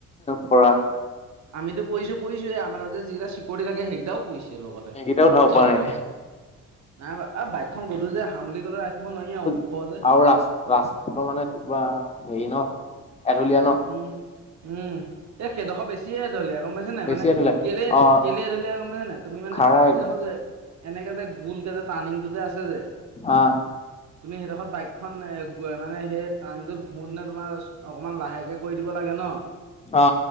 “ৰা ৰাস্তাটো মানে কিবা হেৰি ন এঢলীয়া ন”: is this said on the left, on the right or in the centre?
Left